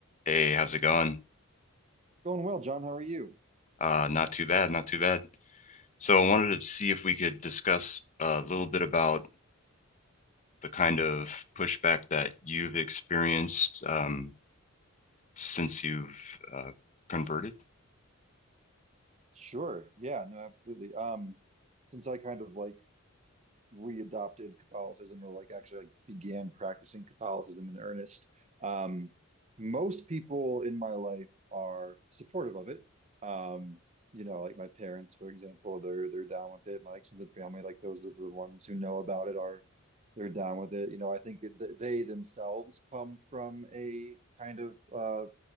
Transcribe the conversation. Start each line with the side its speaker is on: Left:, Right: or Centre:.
Left: Hey, how's it going?
Right: Going well, John. How are you?
Left: Uh, not too bad, not too bad. So I wanted to see if we could discuss a little bit about the kind of pushback that you've experienced um, since you've uh, converted.
Right: Sure. Yeah, no, absolutely. Um, since I kind of like readopted Catholicism or like actually like began practicing Catholicism in earnest, um, most people in my life are supportive of it. Um, you know, like my parents, for example, they're they're down with it. My extended family, like those are the ones who know about it, are they're down with it. You know, I think it, th- they themselves come from a kind of uh